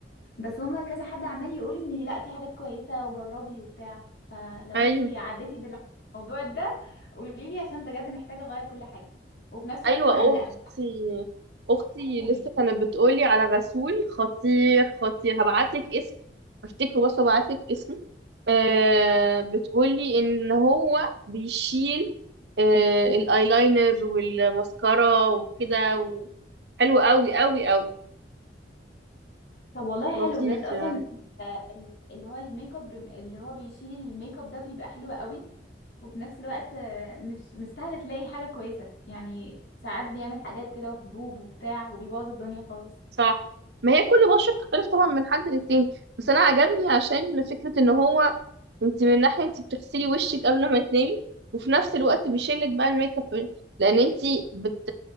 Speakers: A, on the left; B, on the right.
A: بس هما كذا حد عمال يقول ان لا في حاجات كويسة وجربي وبتاع فلو
B: ايوه
A: انتي عديتي بالموضوع ده قوليلي عشان بجد محتاجة اغير كل حاجة وفي نفس الوقت
B: ايوه
A: مقلقة
B: اختي اختي
A: قوليلي
B: لسه كانت بتقولي على غسول خطير خطير هبعتلك اسم افتكره بس هبعتلك اسم آه بتقولي ان هو بيشيل آه الايلاينر والماسكارا وكده و... حلو قوي قوي قوي
A: طب والله حلو
B: لطيف
A: بجد اصلا
B: يعني.
A: آه، ال- اللي هو الميك اب ريم- اللي هو بيشيل الميك اب ده بيبقى حلو قوي وفي نفس الوقت آه، مش مش سهل تلاقي حاجة كويسة يعني ساعات بيعمل حاجات كده وحبوب وبتاع وبيبوظ الدنيا خالص
B: صح ما هي كل بشرة بتختلف طبعا من حد للتاني بس انا عجبني عشان فكرة ان هو انت من ناحية انت بتغسلي وشك قبل ما تنامي وفي نفس الوقت بيشيلك بقى الميك اب لان انت بت...